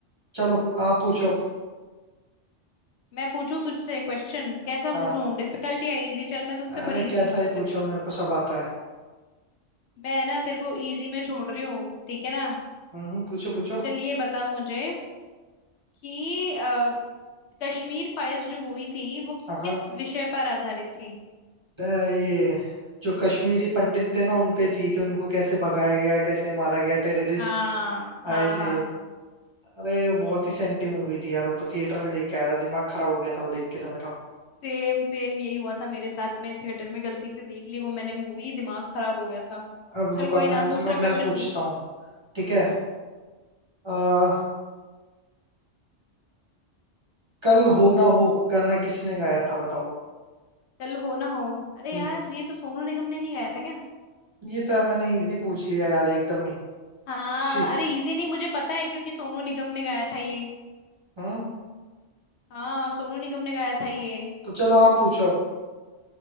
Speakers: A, on the right; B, on the left.
A: चलो आप पूछो अब।
B: मैं पूछूं तुझसे क्वेश्चन कैसा
A: हाँ
B: पूछूं डिफिकल्ट या इजी चल मैं तुझसे
A: अरे
B: पर
A: कैसा
B: इजी पूछ
A: है पूछो
B: लेती हूँ
A: मेरे को सब आता है
B: मैं ना तेरे को इजी में छोड़ रही हूँ ठीक है ना
A: हम्म पूछो पूछो
B: चलिए बता मुझे कि अ, कश्मीर फाइल्स जो मूवी थी वो
A: हाँ हाँ
B: किस विषय पर आधारित थी
A: अ, ये जो कश्मीरी पंडित थे ना उनपे थी कि उनको कैसे भगाया गया कैसे मारा गया टेररिस्ट
B: हाँ
A: आए
B: हाँ हाँ
A: थे अरे बहुत ही सेंटी मूवी थी यार वो तो थिएटर में देख के आया था दिमाग खराब हो गया था वो देख के तो मेरा
B: सेम सेम यही हुआ था मेरे साथ में थिएटर में गलती से देख ली वो मैंने मूवी दिमाग खराब हो गया था
A: अब
B: चल
A: रुक अब
B: कोई
A: मैं
B: ना दूसरा
A: अब
B: क्वेश्चन
A: मैं पूछता
B: पूछ
A: हूँ ठीक है आ, कल हो ना हो गाना किसने गाया था बताओ
B: चल हो ना हो अरे
A: हम्म
B: यार ये तो सोनू निगम ने नहीं गाया था क्या
A: ये तो यार मैंने इजी पूछ लिया यार एकदम ही
B: हाँ
A: शिट
B: अरे इजी नहीं मुझे पता है क्योंकि सोनू निगम ने गाया था ये
A: हम्म
B: हाँ सोनू निगम ने गाया था ये
A: तो चलो आप पूछो अब